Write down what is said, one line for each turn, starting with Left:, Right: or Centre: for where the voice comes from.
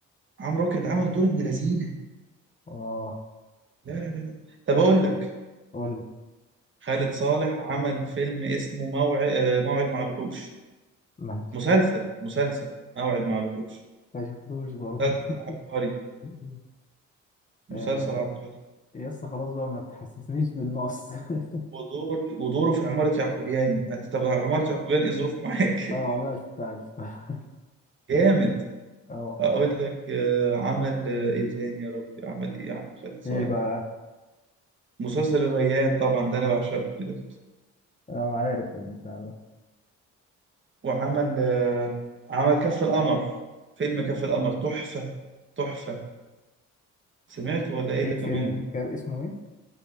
Right: عمرو واكد عمل دور ابن لذينه
Left: اه
Right: لا لا لا لا طب اقول لك
Left: قول لي
Right: خالد صالح عمل فيلم اسمه موعد آه، موعد مع الوحوش
Left: ما
Right: مسلسل مسلسل موعد مع الوحوش
Left: ما شفتوش برضه
Right: مسلسل عبقري
Left: <laughs>
Right: مسلسل
Left: آه،
Right: عبقري
Left: يس خلاص بقى ما تحسسنيش بالنقص <laughs>
Right: ودور ودوره في عمارة يعقوبيان انت طب عمارة يعقوبيان ايه ظروفه معاك
Left: اه لا شفتها شفتها
Right: <laughs> جامد
Left: اه
Right: اقول لك آه، عمل آه، ايه تاني يا ربي عمل ايه يا عم خالد صالح
Left: ايه بقى
Right: مسلسل الريان طبعا ده انا بعشقه كده كده
Left: اه عارف البتاع ده
Right: وعمل آه، عمل كف القمر فيلم كف القمر تحفة تحفة سمعت ولا ايه
Left: ايه
Right: ده
Left: فيلم
Right: كمان
Left: كان اسمه ايه